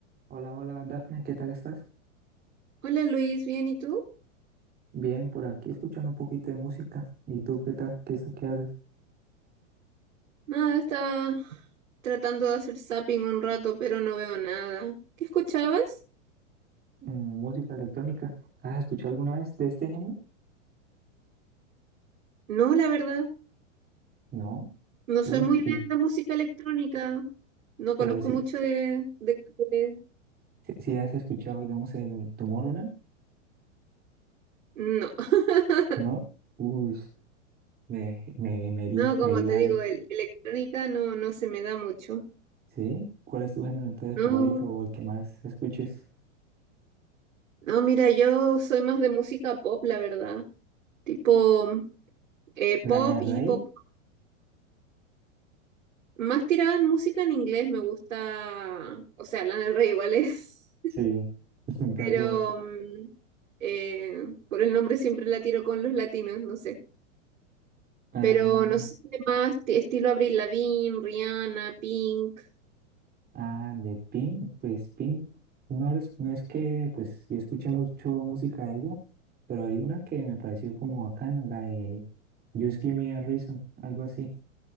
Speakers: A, on the right; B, on the right.
A: Hola, hola, Dafne, ¿qué tal estás?
B: Hola Luis, ¿bien y tú?
A: Bien, por aquí escuchando un poquito de música. ¿Y tú qué tal? ¿Qué, es- qué haces?
B: Nada, estaba tratando de hacer zapping un rato, pero no veo nada. ¿Qué escuchabas?
A: Mm, música electrónica. ¿Has escuchado alguna vez de este género?
B: No, la verdad,
A: No.
B: no soy
A: Uf,
B: muy de
A: y,
B: la música electrónica. No
A: pero
B: conozco
A: sí,
B: mucho de, de- de-
A: sí, sí has escuchado, digamos, el Tomorrowland,
B: No. <laughs>
A: ¿no? Uf, me, me, me herí,
B: No, como
A: me dio
B: te
A: algo.
B: digo, el- electrónica no, no se me da mucho.
A: ¿Sí? ¿Cuál es tu género entonces
B: No,
A: favorito o el que más escuches?
B: no, mira, yo soy más de música pop, la verdad. Tipo eh, pop
A: ¿Lana del
B: y
A: Rey?
B: pop. Más tirada en música en inglés me gusta. O sea, Lana del Rey igual es.
A: Sí, <laughs>
B: pero
A: tal cual.
B: mm, eh, por el nombre siempre la tiro con los latinos, no sé.
A: Ah,
B: Pero no sé, más t- estilo Avril Lavigne, Rihanna, Pink.
A: Ah, de Pink, pues Pink, no es, no es que, pues yo escuché mucho música de ella, pero hay una que me pareció como bacana, la de Just Give Me a Reason, algo así,